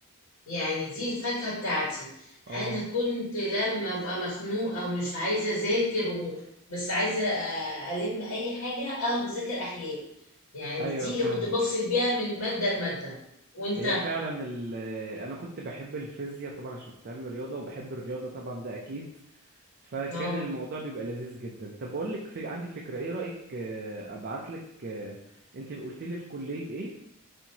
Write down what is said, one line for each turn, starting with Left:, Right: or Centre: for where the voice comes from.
Left: يعني دي الفاكهة بتاعتي
Right: اه
Left: انا كنت لما ابقى مخنوقة ومش عايزة اذاكر و... بس عايزة أ- الم اي حاجة اقعد اذاكر احياء يعني
Right: ايوه
Left: دي
Right: فاهمك
Left: اللي كنت بفصل بيها من مادة لمادة وانت
Right: هي فعلا ال انا كنت بحب الفيزياء طبعا عشان كنت علمي رياضة وبحب الرياضة طبعا ده اكيد فكان
Left: اه
Right: الموضوع بيبقى لذيذ جدا طب بقول لك في... عندي فكرة ايه رأيك آه، ابعت لك آه، انت قلت لي في كلية ايه